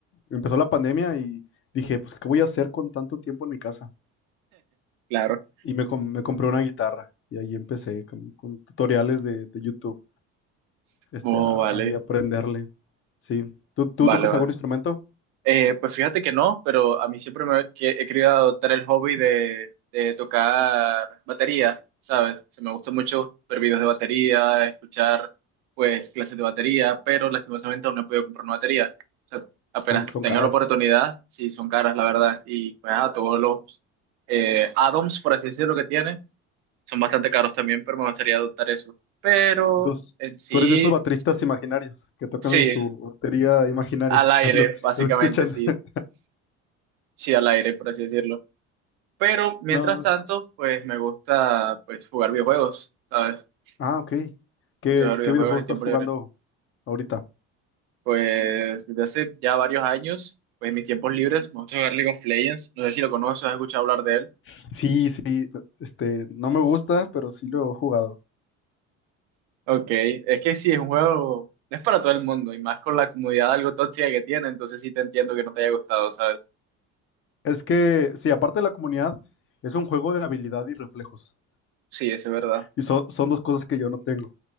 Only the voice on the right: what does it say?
Claro.
Oh,
vale.
Vale,
vale.
Eh, pues fíjate que no, pero a mí siempre me que- he querido adoptar el hobby de, de tocar batería, ¿sabes? O sea, me gusta mucho ver videos de batería, escuchar pues clases de batería, pero lastimosamente aún no he podido comprar una batería. O sea, apenas
tenga
la oportunidad, sí son caras, la verdad, y pues ah, todos los eh, add-ons, por así decirlo, que tiene, son bastante caros también, pero me gustaría adoptar eso. Pero
en sí,
sí,
al aire,
básicamente,
sí.
sí, al aire, por así decirlo. Pero mientras
tanto, pues me gusta pues jugar videojuegos, ¿sabes? Me
gusta jugar videojuegos
en
tiempo
libre.
Pues desde hace ya varios años, pues en mis tiempos libres, me gusta jugar League of Legends. No sé si lo conoces, has escuchado hablar de él.
Ok, es que sí, es un juego, no es para todo el mundo, y más con la comunidad algo tóxica que tiene, entonces sí te entiendo que no te haya gustado, ¿sabes?
Sí, eso es verdad.